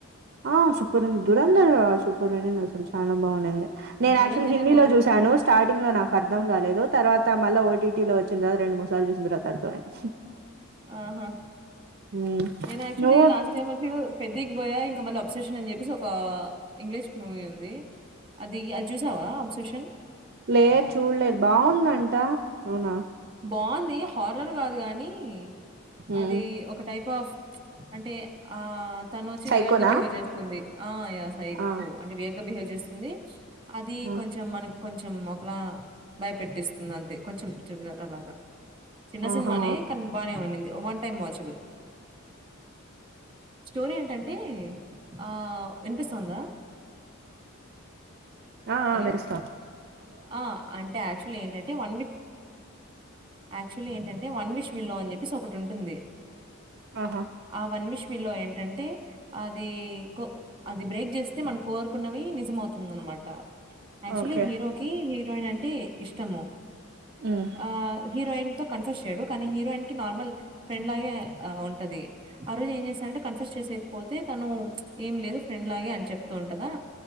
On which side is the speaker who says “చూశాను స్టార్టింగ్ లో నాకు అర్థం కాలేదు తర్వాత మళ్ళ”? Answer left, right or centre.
Right